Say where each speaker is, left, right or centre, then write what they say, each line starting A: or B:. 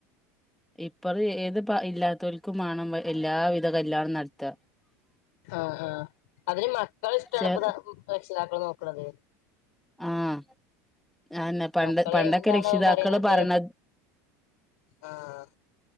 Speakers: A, in the centre; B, on the left.
A: ഇപ്പള് ഏത് പ ഇല്ലാത്തോൽക്കും മാണം എല്ലാവിധ കല്യാണും നട്ത്ത.
B: ആഹ് ആഹ്. അതിന് മക്കളെ ഇഷ്ടാണ്
A: ചെ
B: ഇപ്പൊ രക്ഷിതാക്കള് നോക്ക്ണത്.
A: ആഹ് അതെന്നെ പണ്ട്
B: മക്കള്
A: പണ്ടൊക്കെ
B: എന്താണോ
A: രക്ഷിതാക്കള്
B: പറിണത്
A: പറയണ
B: ആഹ്,